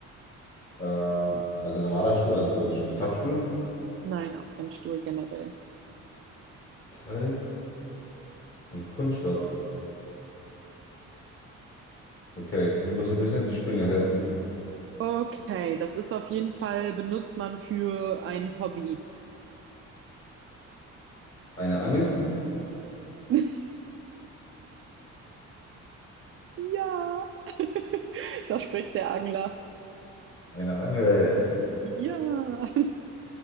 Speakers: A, on the left; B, on the right.
A: Äh, also ein normaler Stuhl, also so ein St- Klappstuhl.
B: Nein, auch kein Stuhl generell.
A: Metall und Kunststoff. Okay, wir müssen ein bisschen auf die Sprünge helfen.
B: Okay, das ist auf jeden Fall, benutzt man für ein Hobby.
A: Eine Angel?
B: <laughs> Ja. <laughs> Da spricht der Angler.
A: Eine Angel.
B: Ja.